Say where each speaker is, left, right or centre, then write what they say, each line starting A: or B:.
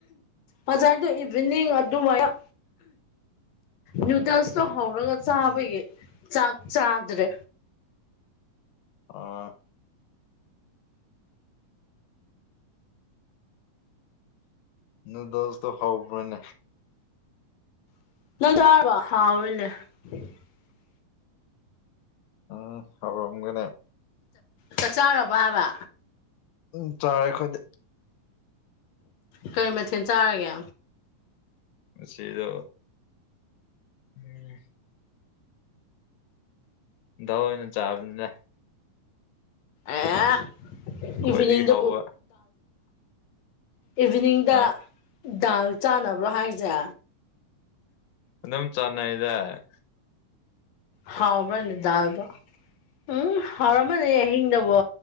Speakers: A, on the left; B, on the left.
A: ꯍꯁꯥꯏꯗ ꯏꯚꯅꯤꯡ ꯑꯗꯨ ꯑꯗꯨꯃ ꯅ꯭ꯌꯨꯗꯦꯜꯁꯣ ꯍꯧꯔꯒ ꯆꯥꯕꯒꯤ
B: ꯎꯝ
A: ꯆꯥꯛ ꯆꯥꯗ꯭ꯔꯦ
B: ꯑꯥ ꯅꯗꯁꯇꯣ ꯍ꯭ꯔꯅꯦ
A: <unintelligible> <inaudible>
B: ꯎꯝ ꯍꯕꯝꯒꯅꯦ
A: ꯆꯥꯛ ꯆꯥꯔꯕ ꯍꯥꯏꯕ
B: ꯎ ꯆꯥꯔꯦ ꯑꯩꯈꯣꯏꯗꯤ
A: ꯀꯔꯤ ꯃꯊꯦꯜ ꯆꯥꯔꯒꯦ
B: ꯉꯁꯤꯗꯣ ꯎꯝ ꯗꯥꯎ ꯑꯣꯏꯅ ꯆꯥꯕꯅꯤꯅ
A: ꯑꯦ
B: ꯈ꯭ꯋꯥꯏꯗꯒꯤ
A: ꯏꯚꯅꯤꯡꯗ
B: ꯍꯧꯕ
A: ꯏꯚꯤꯅꯤꯡꯗ
B: ꯍꯥ
A: ꯗꯥꯜ ꯆꯥꯅꯕ꯭ꯔꯣ ꯍꯥꯏꯁꯦ
B: ꯑꯗꯨꯝ ꯆꯅꯗ
A: ꯍꯥꯎꯕꯅꯤꯗꯜꯕ ꯎꯝ ꯍꯥꯎꯔꯝꯃꯅꯤ ꯑꯍꯤꯡꯗꯕꯨ